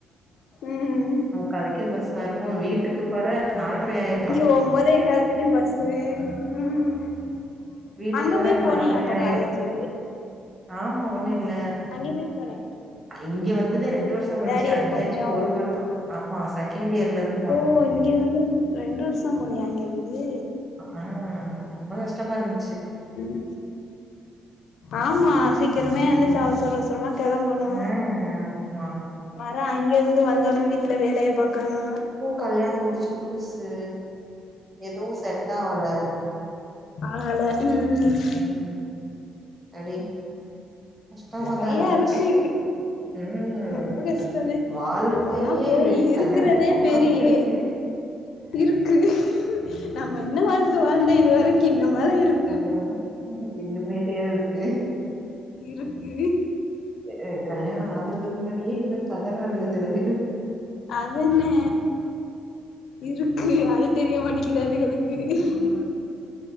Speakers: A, on the left (about 70°); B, on the right (about 25°).
A: ம்
B: கலைக்கே பஸ்ஸாருக்கு வீட்டுக்கு போற நால்ரையாயிரு
A: போம்போதே வேல்குதுன் பஸ் வி ம்
B: வீட்டுக்கு
A: அங்க
B: வர
A: போய் போனியா
B: நால்ரை
A: அப்ப
B: ஆயிரு
A: காலேஜூ
B: ஆமா ஒன இல்ல
A: அங்கியும் போய் போனே
B: இங்கே
A: ஆ
B: வந்ததே ரெண்டு வருஷம் படிச்சு
A: தேர்ட் இயர்
B: அங்கியாச்சு
A: போனியோ
B: ஒரு வருமா ஆமா செகண்ட்டியர்லருந்
A: ஓ இங்க வந்து ரெண்டு வர்ஷம் போனியா இங்க இருந்து
B: அ ரொம்ப கஷ்டமாருந்
A: ம் ஆமா சீக்கிரமே எந்துச் அவசர அவசரமாச் கெளம்பனு
B: ஆ ஆமா
A: மரே அங்கேந்து வந்தோனே வீட்ல வேலையப் பாக்கோணு
B: கல்யாணம் முடிச்ச புதுசு எதுவு செட்டாவல
A: ஆள ம் ம் ம்
B: ம் ம் அடி கஷ்டமாதா
A: நெறைய
B: இருந்துச்சு
A: இருக்கு
B: ம்
A: ரொம்ப கஷ்டமே
B: வாழ்க்கையே
A: நம்மல்லா போய் இருக்குறதே
B: கல்யாணத்துக்கப்பறந்தே
A: பெரிய
B: இருக்கு
A: இருக்கு நம்ம என்ன வாழ்க்க வாழ்ந்த இது வரைக்கி இன்னமேல இருக்
B: ம் இன்னுமேத் தேரருக்கு
A: இருக்கு
B: அ அ கல்யாணோ
A: அது
B: ஆகறதுக் முன்னாடியே இன்னு கதறர்லாகுக சில வேறு
A: அதன்னே இருக்கு அது தெரிய மாட்டேகிது அதுகளுக்கு ச